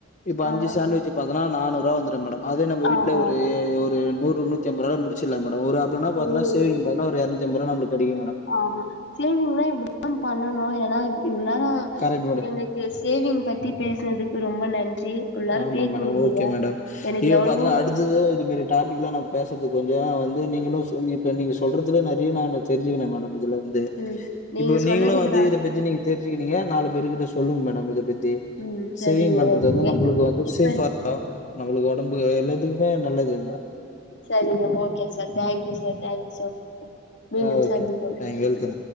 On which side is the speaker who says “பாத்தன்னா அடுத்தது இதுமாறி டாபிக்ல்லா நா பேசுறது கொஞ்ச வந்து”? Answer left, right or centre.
Left